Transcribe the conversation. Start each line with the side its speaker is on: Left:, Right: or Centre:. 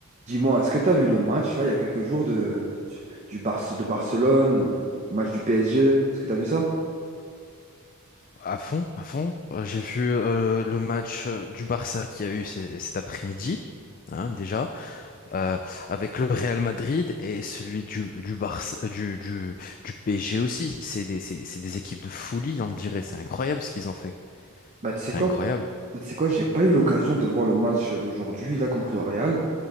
Right: Dis-moi, est-ce que tu as vu le match là il y a quelques jours de, du, du Barce- de Barcelone, le match du PSG? Est-ce que tu as vu ça?
Left: À fond, à fond. Euh, J'ai vu euh, le match euh, du Barça qu'il y a eu c- cet après-midi, hein, déjà, euh, avec le Real Madrid et celui du du Barça, du du du PSG aussi. C'est des c'est c'est des équipes de folie, on dirait. C'est incroyable ce qu'ils ont fait.
Right: Bah, tu sais
Left: C'est
Right: quoi?
Left: incroyable.
Right: Bah, Tu sais quoi, j'ai pas eu l'occasion de voir le match d'aujourd'hui là contre le Real,